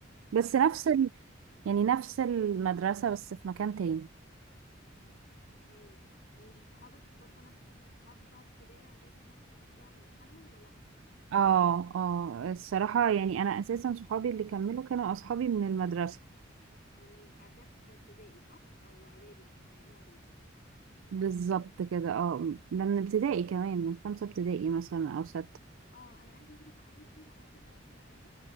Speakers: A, on the right; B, on the left.
A: بس
B: وانا
A: نفس
B: كان
A: يعني نفس المدرسة بس في مكان تاني
B: اوكي وصحابك برضو نفس الصحاب بتوع ابتدائي واعدادي نفس اللي بتوع ثانوي ولا لأ
A: اه اه الصراحة يعني انا اساسا صحابي اللي كملوا كانوا اصحابي من المدرسة
B: من الاعداد ابتدائي صح او اعدادي مثلا اولى اعدادي
A: بالظبط كده اه ده من ابتدائي كمان من خمسة ابتدائي مثلا أو ستة
B: اه انا عندي واحده صاحبتي لغايه دلوقتي معايا